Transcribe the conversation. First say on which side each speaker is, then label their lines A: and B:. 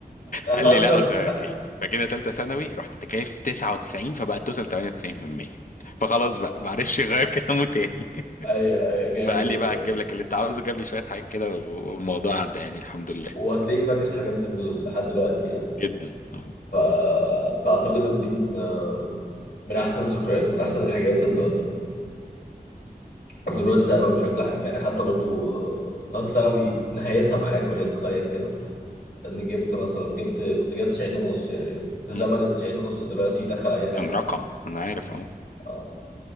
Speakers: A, on the left; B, on the left.
A: الحسن
B: قال لي لا قلت 98 فجينا ثالثه ثانوي رحت جايب 99 فبقى التوتال 98% فخلاص بقى معرفش يغير كلامه تاني <laughs>
A: ايوه ايوه جامد
B: فقال لي بقى
A: جامد
B: هجيب لك اللي انت عاوزه جاب لي شويه حاجات كده والموضوع عدى يعني الحمد لله
A: وهتلاقيك فاكر الحاجات دي دل- لحد دلوقتي يعني
B: جدا اه
A: ف... فاعتقد ان دي من من احسن الذكريات ومن احسن الحاجات اللي ذكريات ثانوي بشكل عام يعني حتى برضو آه، ثالث ثانوي نهايتها معايا كويسه زيك كده ان جبت مثلا جبت كنت جايب 90 ونص يعني في
B: مم.
A: زمن ال 90 ونص دلوقتي يدخل اي حاجه
B: كان رقم
A: يعني
B: انا عارف اه
A: اه